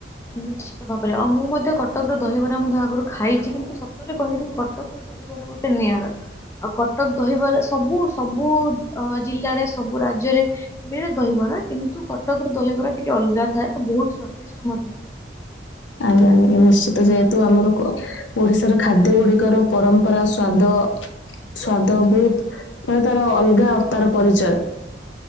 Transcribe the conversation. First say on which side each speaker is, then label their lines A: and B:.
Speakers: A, on the left; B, on the left.
A: ନିଶ୍ଚିତ ଭାବରେ ଆଉ ମୁଁ ମଧ୍ୟ କ ଟକର ଦହିବରା ମଧ୍ୟ ଆଗରୁ ଖାଇଛି କିନ୍ତୁ ସତରେ କହିବି କଟକର ଦହିବରା ଗୋଟେ ନିଆରା ଆଉ କଟକ ଦହିବାର ସବୁ ସବୁ ଜିଲ୍ଲାରେ ସବୁ ରାଜ୍ୟରେ ମିଳେ ଦହିବ କିନ୍ତୁ କଟକ ର ଦହିବରା ଟିକେ ଅଲଗା ଥାଏ ଆଉ ବହୁତ ସ୍ଵାଦିଷ୍ଟ ମଧ୍ୟ। ଥାଏ।
B: ଆଜ୍ଞା ନିଶ୍ଚିତ ଯେହେତୁ ଆମର ଓଡିଶାର ଖାଦ୍ୟ ଗୁଡିକର ପରମ୍ପରା ସ୍ଵାଦ ସ୍ଵାଦ ବହୁତ ମାନେ ତାର ଅଲଗା ତାର ପରିଚୟ,